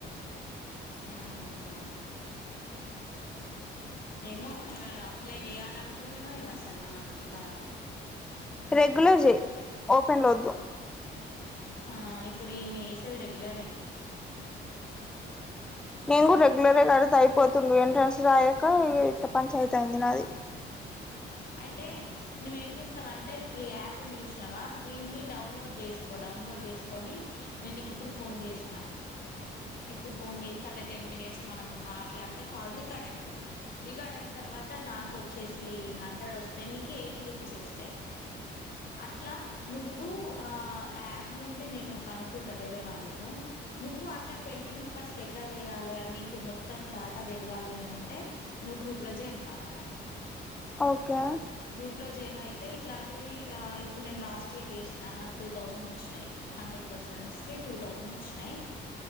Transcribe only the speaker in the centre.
రెగ్యులర్ ది ఓపెన్లో వద్దు
నేను కూడా రెగ్యులర్ కడిత అయిపోతుండ ఎంట్రన్స్ రాయక ఇట్లా పంచాయతీ అయింది నాది
ఓకే